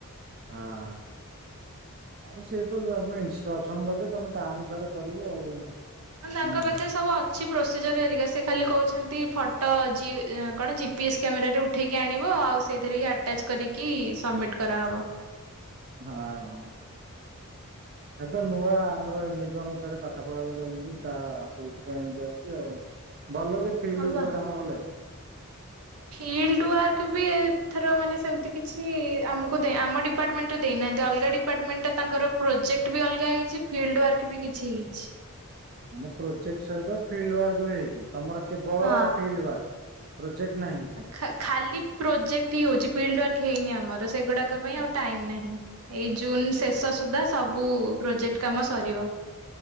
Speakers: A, on the right; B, on the right.
A: ହଁ। ଅବସ୍ୟ ସିଏ ତ ତମେ ଇନଷ୍ଟ୍ରକ୍ସନ ଦେବେ ତମେ ତା ଅନୁସାରେ କରିବେ ଆଉ।
B: ମାନେ ତାଙ୍କ
A: ନାଇଁ
B: ପାଖରେ
A: କି?
B: ସବୁ ଅ କିଛି ପ୍ରୋସିଜର ହେରିକା ସେ ଖାଲି କହୁଛନ୍ତି ଫଟୋ ଜି କଣ ଜିପି ଏସ୍ କ୍ୟାମେରାରେ ଉ ଉଠେଇକି ଆଣିବ ଆଉ ସେଇଥିରେ ଆଟାଚ କରିକି ସମିଟ୍ କରାହେବ।
A: ହଁ ହଁ। ଏ ତ ନୂଆ ଆମର ୟୁନିଫର୍ମ ଅନୁସାରେ ପାଠ ପଢ଼ା ବି ଚାଲିଛି ତା ସେଇଥିପାଇଁ ଏମିତି ହୋଉଚି ଆଉ। ଭଲ ଯେ ଫିଲ୍ଡ
B: ହଁ ବା।
A: ଉପରେ କାମ କଲେ।
B: ଫିଲ୍ଡ ୱାର୍କ ବି ଏଥର ମାନେ ସେମିତି କିଛି ଆମକୁ ଦେ ଆମ ଡିପାର୍ଟମେଣ୍ଟରେ ଦେଇନାହାନ୍ତି ଅଲଗା ଡି ଡିପାର୍ଟମେଣ୍ଟ ଟା ତାଙ୍କର ପ୍ରୋଜେକ୍ଟ ବି ଅଲଗା ହେଇଛି। ଫିଲ୍ଡ ୱାର୍କ ବି କିଛି ହେଇଛି।
A: ମାନେ ପ୍ରୋଜେକ୍ଟ ସହିତ ଫିଲ୍ଡ ୱାର୍କ ବି ହେଇଛି। ତମର କେବଳ
B: ହଁ।
A: ଫିଲ୍ଡ ୱାର୍କ ପ୍ରୋଜେକ୍ଟ ନାହିଁ କିଛି?
B: ଖା ଖାଲି ପ୍ରୋଜେକ୍ଟ ହିଁ ହଉଛି ଫିଲ୍ଡ ୱାର୍କ ହେଇନି ଆମର। ସେଗୁଡାକ ପାଇଁ
A: ଆଚ୍ଛା
B: ଆଉ ଟାଇମ ନାହିଁ। ଏଇ ଜୁନ ଶେଷ ସୁଦ୍ଧା ସବୁ ପ୍ରୋଜେକ୍ଟ କାମ ସରିବ।